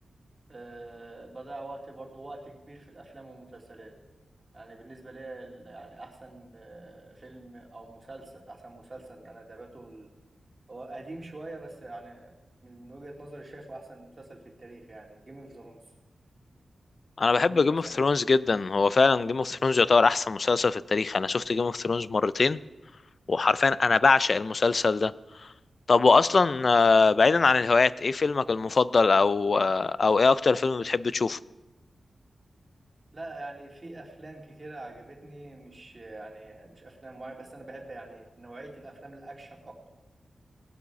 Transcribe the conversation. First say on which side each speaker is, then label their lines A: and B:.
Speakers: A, on the right; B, on the left.
A: أه بضيع وقتي برضو وقت كبير في الافلام والمسلسلات يعني بالنسبة لي ال- يعني أحسن آه، فيلم أو مسلسل أحسن مسلسل أنا تابعته ال- هو قديم شوية بس يعني من من وجهة نظري شايفه أحسن مسلسل في التاريخ يعني جيم اوف ثرونز نزل
B: انا بحب
A: منه
B: جيم
A: مثلا
B: اوف ثرونز جدا هو فعلا جيم اوف ثرونز يعتبر احسن مسلسل في التاريخ انا شفت جيم اوف ثرونز مرتين وحرفيا انا بعشق المسلسل ده طب واصلا آه، بعيدا عن الهوايات ايه فيلمك المفضل او آه، او ايه اكتر فيلم بتحب تشوفه
A: لا يعني في أفلام كتيرة عجبتني مش يعني مش أفلام معينة بس أنا بحب يعني نوعية الأفلام الأكشن أكتر